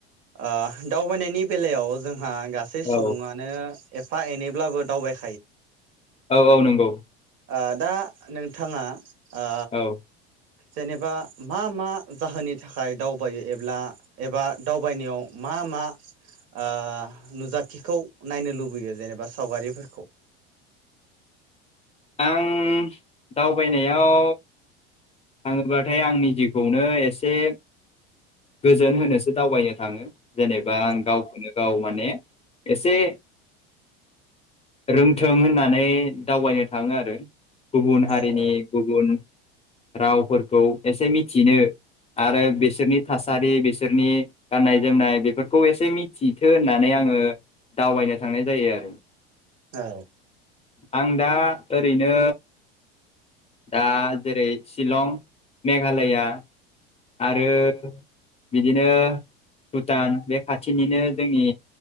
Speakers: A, on the right; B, on the left.
A: ओ दावबायनायनि बेलायाव जों आहा गासै
B: औ
A: सुबुङानो एफा एनैब्लाबो दावबाय
B: औ औ नोंगौ
A: ओ दा नोंथाङा ओ
B: औ
A: जेनेबा मा मा जाहोननि थाखाय दावबायो एबा एबा दावबायनायाव मा मा ओ नुजाथिखौ नायनो लुबैयो जेनेबा सावगारिफोरखौ
B: आं दावबायनायाव थाङोब्लाथाय आंनि जिउखौनो एसे गोजोन होनोसो दावबायनो थाङो जेनेबा आं
A: औ
B: गावखौनो गाव माने एसे रोंथों होननानै दावबायनो थाङो आरो गुबुन हारिनि
A: औ औ
B: गुबुन रावफोरखौ एसे मिथिनो आरो बिसोरनि थासारि बिसोरनि गाननाय जोमनाय बेफोरखौ एसे मिथिथो होननानै आङो दावबायनो थांनाय जायो आरो
A: औ
B: आं दा ओरैनो दा जेरै शिलं मेघालया आरो बिदिनो भुटान बे खाथिनिनो जोंनि